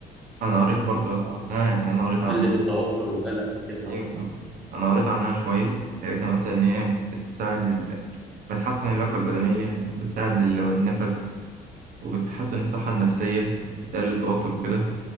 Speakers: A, on the right; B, in the centre.
A: انا قريت برضه
B: يعني
A: يا اسطى عنها يعني انا قريت
B: تقلل
A: عنها
B: التوتر والقلق وكده يعني
A: ايوه انا أنا قريت عنها شويه لقيتها مثلا ان هي بتساعد ال... بتحسن اللياقه البدنيه بتساعد ال- النفس وبتحسن الصحه النفسيه بتقلل التوتر وكده